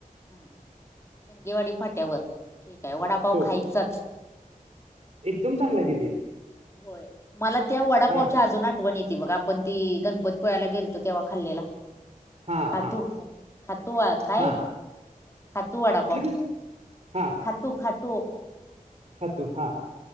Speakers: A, on the left (about 20°); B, on the right (about 50°).
A: हम् हम शिंगगेवाडी फाट्यावर ठीक आहे वडापाव
B: हो
A: खायचाच
B: एकदम चांगला आहे तिथे
A: होय मला त्या वडापावच्या
B: हा
A: अजून ठ बण येते बघ आपण ती गणपत पिळयला गेलो तेव्हा खाल्लेला
B: हा
A: खातू
B: हा
A: ख खातू काय
B: हा
A: खतू वाडा
B: कुठलं
A: प
B: ग हा
A: खतू खतू
B: खातू हा